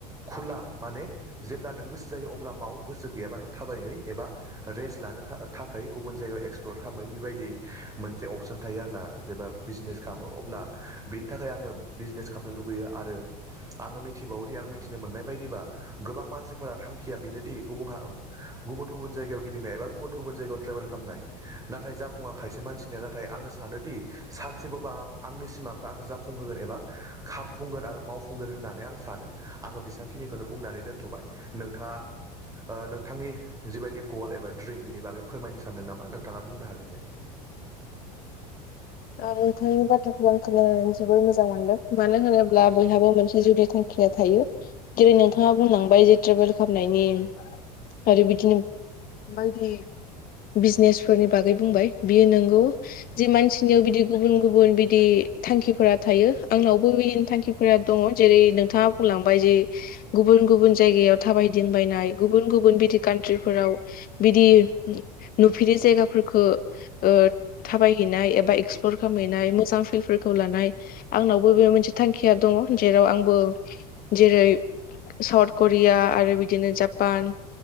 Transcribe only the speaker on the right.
खुला माने जेब्ला नों गोसो जायो अब्ला माव गोसो गैयाबा नों थाबायहै एबा रेस्ट लानो ओ थाखाय गुबुन जायगायाव एक्सप्लर खामहै बेबायदि मोनसे अपसन थायो आरोना जेब्ला। बिजनेस खामो अब्ला बिनि थाखाय आङो बिजनेस खामनो लुगैयो आरो। आङो मिथिबावोदि आं मिथिनो मोननाय बायदिबा गोबां मानसिफोरा थांखिया बेनोदि गुबुह आ ओ गुबुन गुबुन जायगायाव गिदिंनाय एबा गुबुन गुबुन जायगायाव ट्रेभेल खामनाय नाथाय जाफुङा खायसे मानसिनिया नाथाय आङो सानोदि सानसेबाबा आं आंनि सिमां आङो जाफुंहोगोन एबा खामफुंगोन आरो मावफुंगोन होननानै आं सानो आङो बिसांखिनि ओ खोनो बुंनानै दोनथ'बाय नोंथाङा ओ नोंथांनि जिबायदि गल एबा ड्रिम बिनि बागै फोरमायनो सानदों नामा नोंथाङा बुंनो हागोन दे।